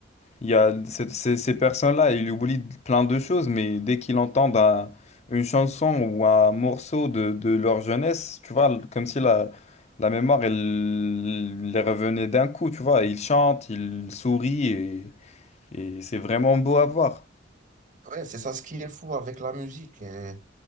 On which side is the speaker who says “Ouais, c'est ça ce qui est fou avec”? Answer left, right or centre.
Right